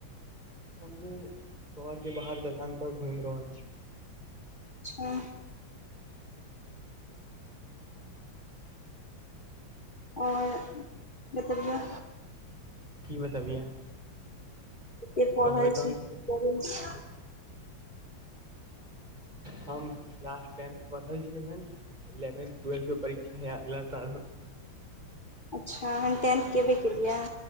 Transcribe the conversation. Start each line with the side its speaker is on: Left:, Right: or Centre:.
Right: हमहुँ घर के बाहर दलान पर घुमि रहल छी
Left: अच्छा आओर बतबियौ
Right: की बतबियै
Left: की की पढ़ै
Right: कहबै तहन
Left: छी की करै छी
Right: हम क्लास टेंथ पढ़ै छी एखन इलेवन ट्वेल्थ के परीक्षा हय अगला साल
Left: अच्छा हम टेंथ केबे केलियैये